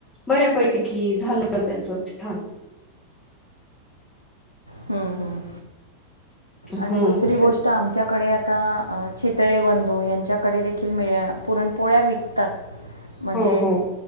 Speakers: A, on the left; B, on the right.
A: बऱ्यापैकी झालं त्याच छान.
B: हम्म हम्म आणि
A: हो
B: दुसरी
A: असे
B: गोष्ट आमच्याकडे आता चितळे बंधू यांच्याकडे देखील मिळ्या पुरणपोळ्या विकतात. म्हणजे
A: हो हो